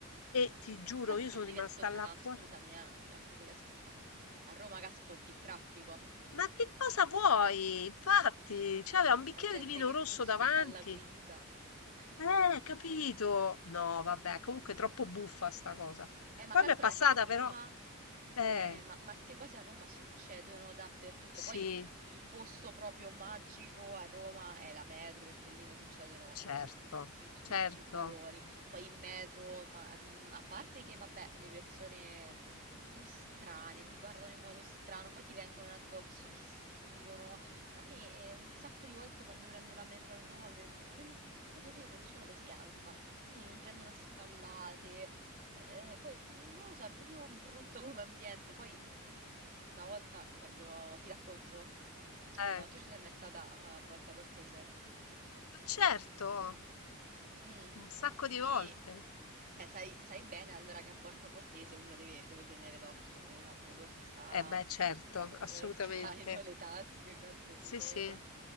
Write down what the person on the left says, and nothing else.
e ti giuro,
io
sono
rimasta
là fuori.
Ma che cosa vuoi? Infatti, c'aveva un bicchiere
di vino
rosso
davanti.
Eh, capito? No, vabbè, comunque è troppo buffa sta cosa.
Poi
mi è passata
però. Eh,
sì,
certo,
certo.
Eh,
ma certo,
un sacco di
volte.
Eh beh, certo,
assolutamente.
Sì,
sì.